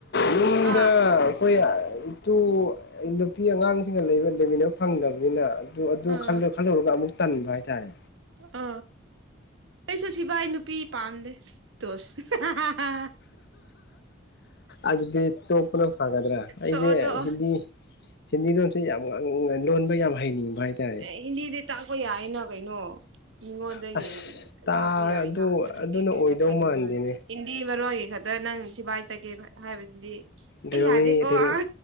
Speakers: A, on the left; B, on the right.
A: ꯃꯤꯗ
B: ꯑꯥ
A: ꯑꯩꯈꯣꯏ ꯏꯇꯨ ꯅꯨꯄꯤ ꯑꯉꯥꯡꯁꯤꯡꯒ ꯂꯩꯕ ꯂꯩꯃꯤꯟꯅꯕ ꯐꯪꯗꯕꯅꯤꯅ ꯑꯗꯨ ꯑꯗꯨ
B: ꯑꯥ
A: ꯈꯜꯂꯨꯔꯒ ꯑꯃꯨꯛ ꯇꯟꯕ ꯍꯥꯏꯇꯥꯔꯦ
B: ꯑ ꯑꯩꯁꯨ ꯁꯤꯚꯥꯏ ꯅꯨꯄꯤ ꯄꯥꯝꯗꯦ ꯇꯣ ꯍꯥ ꯍꯥ
A: ꯑꯗꯨꯗꯤ ꯇꯣꯞꯄꯅ ꯐꯒꯗ꯭ꯔꯥ ꯑꯩꯁꯦ
B: ꯇꯣꯛꯑꯣ ꯇꯣꯛꯑꯣ
A: ꯍꯤꯟꯗꯤ ꯍꯤꯟꯗꯤꯂꯣꯟꯁꯦ ꯌꯥꯝ ꯉꯥꯡ ꯎ ꯂꯣꯟꯕ ꯌꯥꯝ ꯍꯩꯅꯤꯡꯕ ꯍꯥꯏꯇꯥꯔꯦ
B: ꯍꯤꯟꯗꯤ ꯇꯥꯛꯄꯥ ꯌꯥꯏꯅ ꯀꯩꯅꯣ ꯃꯤꯉꯣꯟꯗꯒꯤ
A: ꯑꯁ ꯇꯥ
B: ꯇꯥꯛꯄ ꯌꯥꯏꯅ
A: ꯑꯗꯨ
B: ꯑꯗꯨꯗꯒꯤ
A: ꯑꯗꯨꯅ
B: ꯀꯩꯝꯇ
A: ꯑꯣꯏꯗꯧ
B: ꯈꯟꯒꯅꯨ
A: ꯃꯥꯟꯗꯦꯅꯦ
B: ꯍꯤꯟꯗꯤ ꯃꯔꯣꯟꯒꯤ ꯈꯛꯇ ꯅꯪ ꯁꯤꯐꯥꯏ ꯆꯠꯒꯦ ꯍꯥꯏꯕꯁꯤꯗꯤ
A: ꯗꯔꯕꯤ
B: ꯑꯩ ꯌꯥꯗꯦꯀꯣ ꯑ
A: ꯗ ꯗꯦꯔ